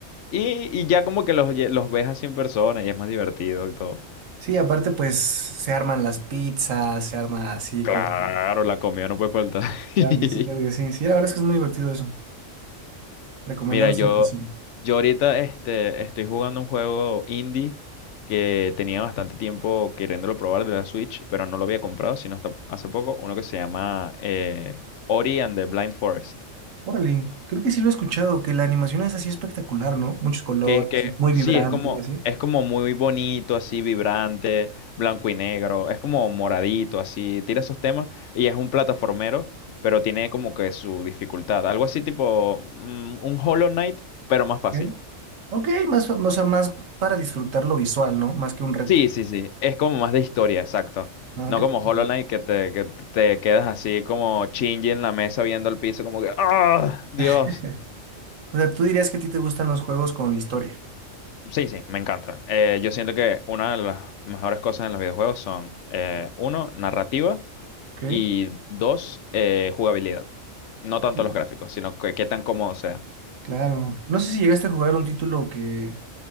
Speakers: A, on the left; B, on the right.
A: Y, y ya como que los, lle- los ves así en persona y es más divertido y todo.
B: Sí, aparte pues se arman las pizzas, se arma así
A: Claro,
B: como...
A: la comida no puede faltar. <laughs>
B: Claro que sí, claro que sí. Sí, la verdad es que es muy divertido eso. Recomendado
A: Mira, yo,
B: siempre. sí.
A: yo ahorita este, estoy jugando un juego indie que tenía bastante tiempo queriéndolo probar de la Switch, pero no lo había comprado, sino hasta hace poco, uno que se llama eh, Ori and the Blind Forest.
B: Órale, creo que sí lo he escuchado, que la animación es así espectacular, ¿no? Muchos colores,
A: Que es que
B: muy
A: sí,
B: vibrante
A: es como,
B: y así.
A: es como muy bonito, así vibrante, blanco y negro, es como moradito, así, tira esos temas y es un plataformero, pero tiene como que su dificultad, algo así tipo mm, un Hollow Knight, pero más fácil.
B: Ok, Ok, más, fa- o sea, más para disfrutar lo visual, ¿no? Más que un reto.
A: Sí, sí, sí, es como más de historia, exacto.
B: Ah,
A: No
B: qué
A: como
B: padre.
A: Hollow Knight que te, que te quedas así como chingy en la mesa viendo el piso como que ¡Ah! Dios.
B: <laughs> O sea, tú dirías que a ti te gustan los juegos con historia,
A: Sí, sí, me encanta. Eh, yo siento que una de las mejores cosas en los videojuegos son, eh, uno, narrativa.
B: ¿ok?
A: Y dos, eh, jugabilidad. No tanto
B: Sí.
A: los gráficos, sino que, qué tan cómodo sea.
B: Claro. No sé si llegaste a jugar un título que